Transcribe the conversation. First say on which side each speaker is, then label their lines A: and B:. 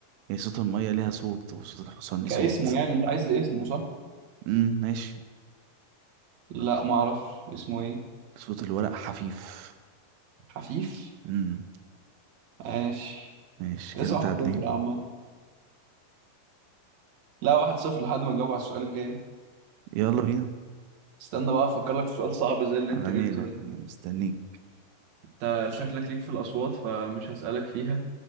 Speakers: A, on the right; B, on the right.
A: يعني صوت المية ليها صوت وصوت الحصان ليه
B: كاسمه
A: صوت
B: يعني أنت عايز اسمه صح؟
A: امم ماشي
B: لا معرفش اسمه إيه؟
A: صوت الورق حفيف
B: حفيف؟
A: امم
B: ماشي
A: ماشي
B: لسه
A: كده متعادلين
B: واحد صفر يا عم لا واحد صفر لحد ما أجاوب على السؤال الجاي
A: يلا بينا
B: استنى بقى أفكر لك في سؤال صعب زي اللي
A: على
B: أنت جبته
A: ميلك
B: ده
A: انا مستنيك
B: أنت شكلك ليك في الأصوات فمش هسألك فيها